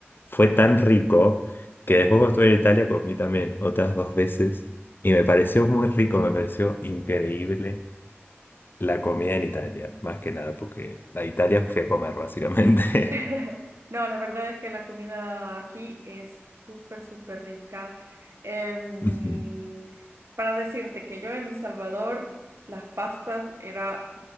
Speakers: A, on the left; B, on the right.
A: fue tan rico que después cuando estuve en Italia comí también otras dos veces y me pareció muy rico, me pareció increíble la comida en Italia, más que nada porque a Italia fui a comer básicamente.
B: <laughs> No, la verdad es que la comida aquí es súper, súper rica. Em,
A: <laughs> Ujú.
B: para decirte que yo en El Salvador, las pastas era,